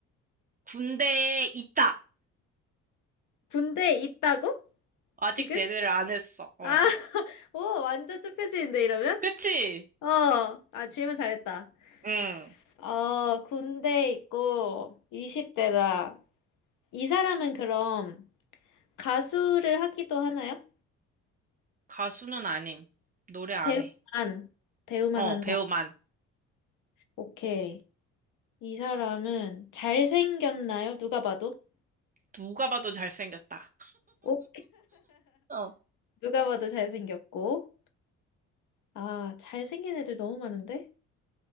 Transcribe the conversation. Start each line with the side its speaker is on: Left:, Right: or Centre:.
Right: 군대에 있다.
Left: 군대에 있다고?
Right: 아직
Left: 지금?
Right: 제대를 안 했어. 어.
Left: 아, <laughs> 오, 완전 좁혀지는데 이러면?
Right: 그치?
Left: 어, 아, 질문 잘했다.
Right: 응.
Left: 어, 군대에 있고 20대다. 이 사람은 그럼 가수를 하기도 하나요?
Right: 가수는 아님. 노래 안
Left: 배우만,
Right: 해.
Left: 배우만
Right: 어,
Left: 한
Right: 배우만.
Left: 사람. 오케이. 이 사람은 잘생겼나요? 누가 봐도?
Right: 누가 봐도 잘생겼다.
Left: 오,
Right: 어.
Left: 누가 봐도 잘생겼고. 아, 잘생긴 애들 너무 많은데?